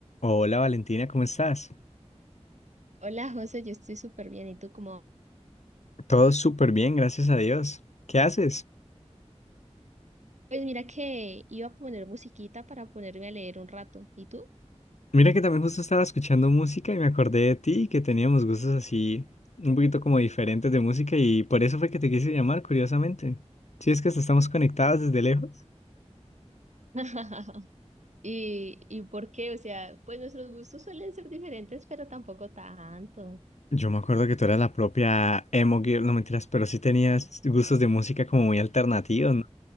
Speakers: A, on the left; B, on the right.
A: Hola Valentina, ¿cómo estás?
B: Hola José, yo estoy súper bien. ¿Y tú cómo?
A: Todo súper bien, gracias a Dios. ¿Qué haces?
B: Pues mira que iba a poner musiquita para ponerme a leer un rato. ¿Y tú?
A: Mira que también justo estaba escuchando música y me acordé de ti y que teníamos gustos así un poquito como diferentes de música y por eso fue que te quise llamar, curiosamente. Si es que hasta estamos conectados desde lejos.
B: <laughs> ¿Y, y por qué? O sea, pues nuestros gustos suelen ser diferentes, pero tampoco tanto.
A: Yo me acuerdo que tú eras la propia emo girl, no mentiras, pero sí tenías gustos de música como muy alternativos, ¿no?